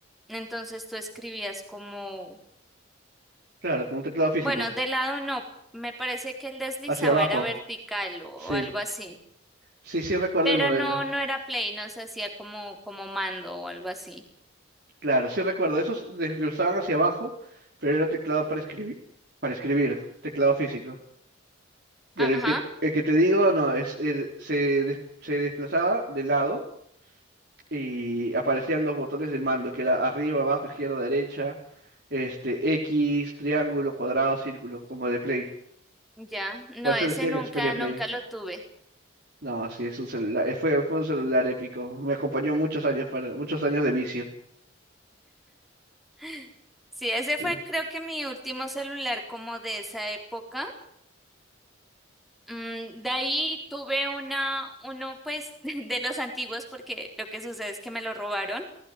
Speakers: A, in the centre; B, on the right.
A: Entonces tú escribías como,
B: Claro, como un teclado físico,
A: bueno, de lado no, me parece que el deslizaba
B: hacia abajo,
A: era vertical o, o
B: sí,
A: algo así.
B: sí, sí recuerdo
A: Pero
B: el modelo,
A: no, no era play, no se hacía como, como mando o algo así.
B: claro, sí recuerdo, esos desglosaban hacia abajo, pero era teclado para escribir, para escribir, teclado físico. Pero
A: Ajá.
B: el que, el que te digo, no, es, el- se, des- se desplazaba de lado y aparecían los botones del mando, que era arriba, abajo, izquierda, derecha, este, X, triángulo, cuadrado, círculo, como de Play.
A: Ya, no,
B: Por eso
A: ese
B: le decían
A: nunca,
B: Xperia Play.
A: nunca lo tuve.
B: No, sí, es un celular, eh, fue, fue un celular épico. Me acompañó muchos años, para, muchos años de vicio.
A: <gasps> Sí, ese
B: sí.
A: fue creo que mi último celular como de esa época. Mm, de ahí tuve una, uno pues <laughs> de los antiguos porque lo que sucede es que me lo robaron